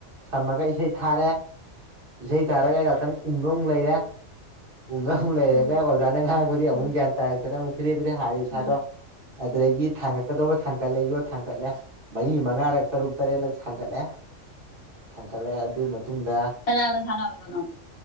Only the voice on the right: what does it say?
ꯁꯝꯃꯒ ꯏꯁꯩ ꯊꯥꯔꯦ ꯏꯁꯩ ꯊꯥꯔꯒ ꯉꯍꯥꯛꯇꯪ ꯎꯪꯉꯒ ꯂꯩꯔꯦ ꯎꯨꯡꯉꯒ ꯑꯃꯨꯛ ꯂꯩꯔꯒ
ꯑꯣꯖꯥꯅ ꯉꯥꯡꯕꯗ
ꯑꯃꯨꯛ ꯒ꯭ꯌꯥꯟ ꯇꯥꯔꯛꯇꯅ ꯑꯃꯨꯛ ꯐꯦꯔꯦ ꯐꯦꯔꯦ ꯍꯥꯏꯔꯦ ꯏꯁꯥꯗꯣ
ꯑꯗꯨꯗꯒꯤ ꯊꯥꯡꯒꯠꯀꯗꯧꯕ ꯊꯥꯡꯒꯠꯂꯦ ꯌꯣꯠ ꯊꯥꯡꯒꯠꯂꯦ ꯃꯔꯤ ꯃꯉꯥꯔꯛ ꯇꯔꯨꯛ ꯇꯔꯦꯠꯂꯛ ꯊꯥꯡꯒꯠꯂꯦ ꯊꯥꯡꯀꯠꯂꯦ ꯑꯗꯨ ꯃꯇꯨꯡꯗ